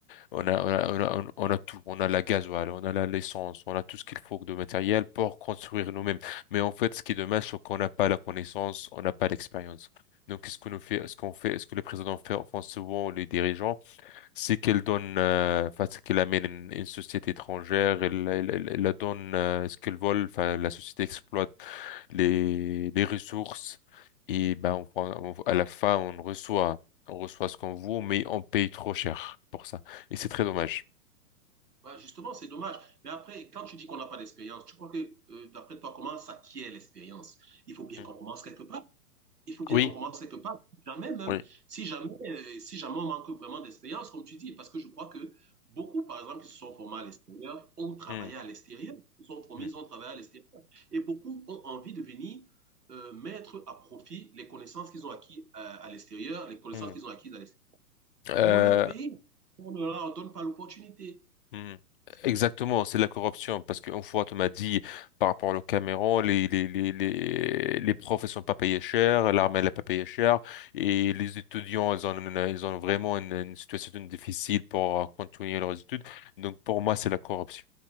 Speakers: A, on the left; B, on the right.
A: on a, on a, on a, on on a tout. On a la gasoil, on a la- l'essence, on a tout ce qu'il faut de matériel pour construire nous-mêmes. Mais en fait, ce qui est dommage, c'est qu'on n'a pas la connaissance, on n'a pas l'expérience. Donc, ce qu'on nous fait, ce qu'on fait, ce que le président fait, enfin, souvent les dirigeants, c'est qu'elle donne, euh, enfin, c'est qu'elle amène une, une société étrangère, elle, elle, elle- elle la donne euh, ce qu'elle vole, enfin, la société exploite les, les ressources et ben, on, prend- on- à la fin, on reçoit, on reçoit ce qu'on vaut, mais on paye trop cher pour ça. Et c'est très dommage.
B: Ouais, justement, c'est dommage. Mais après, quand tu dis qu'on n'a pas d'expérience, tu crois que, euh, d'après toi, comment s'acquiert l'expérience? Il faut bien
A: Mm.
B: qu'on commence quelque part. Il faut bien
A: Oui,
B: qu'on commence quelque part. Jamais même,
A: oui.
B: si jamais, euh, si jamais on manque vraiment d'expérience, comme tu dis, parce que je crois que beaucoup, par exemple, qui se sont formés à l'extérieur, ont travaillé
A: Mm,
B: à l'extérieur. Ils sont formés,
A: mm,
B: ils ont travaillé à l'extérieur. Et beaucoup ont envie de venir euh, mettre à profit les connaissances qu'ils ont acquises à, à l'extérieur, les connaissances
A: mm.
B: qu'ils ont acquises à l'extérieur
A: Euh,
B: pour leur pays. On ne leur donne pas l'opportunité.
A: Mhm.
B: C'est
A: Exactement,
B: ça.
A: c'est de la corruption. Parce qu'une fois, tu m'as dit, par rapport au Cameroun, les, les, les, les, les profs, ils sont pas payés cher, l'armée, elle n'est pas payée cher, et les étudiants, ils ont, une- ils ont vraiment une, une situation difficile pour euh, continuer leurs études. Donc, pour moi, c'est la corruption.